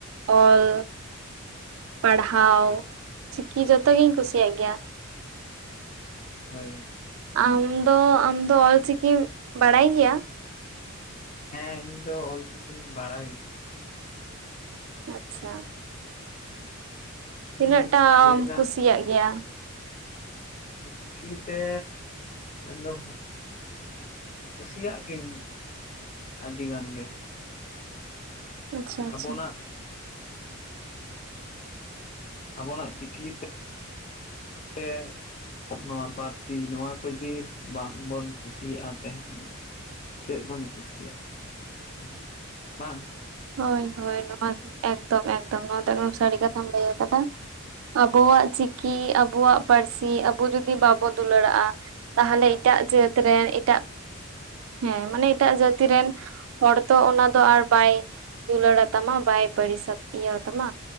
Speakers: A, on the right (about 70°); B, on the left (about 35°).
A: ᱚᱞ ᱯᱟᱲᱦᱟᱣ ᱪᱤᱠᱤ ᱡᱚᱛᱚᱜᱤᱧ ᱠᱩᱥᱤᱭᱟᱜ ᱜᱮᱭᱟ
B: ᱦᱚᱭ
A: ᱟᱢ ᱫᱚ ᱟᱢᱫᱚ ᱚᱞᱪᱤᱠᱤᱢ ᱵᱟᱲᱟᱭ ᱜᱮᱭᱟ
B: ᱦᱮᱸ ᱤᱧ ᱫᱚ ᱚᱞᱪᱤᱠᱤᱧ ᱵᱟᱲᱟᱭ
A: ᱟᱪᱪᱷᱟ ᱛᱤᱱᱟᱹᱜ
B: ᱦᱚᱧ
A: ᱴᱟᱢ
B: ᱞᱟᱹᱭᱫᱟ
A: ᱠᱩᱥᱤᱭᱟᱜ ᱜᱮᱭᱟ
B: ᱚᱞ ᱪᱤᱠᱤᱛᱮ ᱮᱱᱫᱚ ᱠᱩᱥᱤᱭᱟᱜ ᱜᱤᱧ ᱟᱰᱤ ᱜᱟᱱ ᱜᱮ
A: ᱩᱸ ᱟᱪᱪᱷᱟ ᱟᱪᱪᱷᱟ
B: ᱟᱵᱚᱱᱟᱜ ᱟᱵᱚᱱᱟᱜ ᱪᱤᱠᱤ ᱛᱮᱜ ᱜᱮ ᱱᱚᱣᱟ ᱯᱟᱨᱥᱤ ᱱᱚᱣᱟ ᱠᱚ ᱡᱩᱫᱤ ᱵᱟᱝ ᱵᱚᱱ ᱠᱩᱥᱤᱭᱟᱜᱼᱟ ᱛᱮᱧ ᱪᱮᱫ ᱵᱚᱱ ᱠᱩᱥᱤᱭᱟᱜᱼᱟ ᱛᱟᱞᱮ ᱵᱟᱝ
A: ᱦᱳᱭ ᱦᱳᱭ ᱱᱚᱣᱟ ᱮᱠ ᱫᱚᱢ ᱮᱠᱫᱚᱢ ᱱᱚᱣᱟ ᱫᱚ ᱮᱠᱫᱚᱢ ᱥᱟᱹᱨᱤ ᱠᱟᱛᱷᱟᱢ ᱞᱟᱹᱭ ᱟᱠᱟᱫᱟ ᱟᱵᱚᱣᱟᱜ ᱪᱤᱠᱤ ᱟᱵᱚᱣᱟᱜ ᱯᱟᱨᱥᱤ ᱟᱵᱚ ᱡᱚᱫᱤ ᱵᱟᱵᱚ ᱫᱩᱞᱟᱹᱲᱟᱜᱼᱟ ᱛᱟᱦᱞᱮ
B: ᱦᱮᱸ
A: ᱮᱴᱟᱜ ᱡᱟᱹᱛ ᱨᱮ ᱮᱴᱟᱜ ᱦᱮᱸ ᱢᱟᱱᱮ ᱮᱴᱟᱜ ᱡᱟᱹᱛᱤ ᱨᱮᱱ ᱦᱚᱲ ᱛᱚ ᱚᱱᱟ ᱫᱚ ᱟᱨ ᱵᱟᱭ ᱫᱩᱞᱟᱹᱲᱟ ᱛᱟᱢᱟ ᱵᱟᱭ ᱯᱟᱲᱤᱥᱟᱛ ᱤᱭᱟᱹ ᱛᱟᱢᱟ